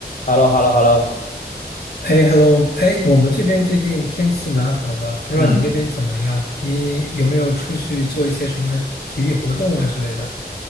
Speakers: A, on the left; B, on the left.
A: h e l l o h e l l o h e l l o
B: 哎，hello，哎，我们这边最近天气蛮好的，不知道你那边怎么样？
A: 嗯，
B: 你有没有出去做一些什么体育活动啊之类的？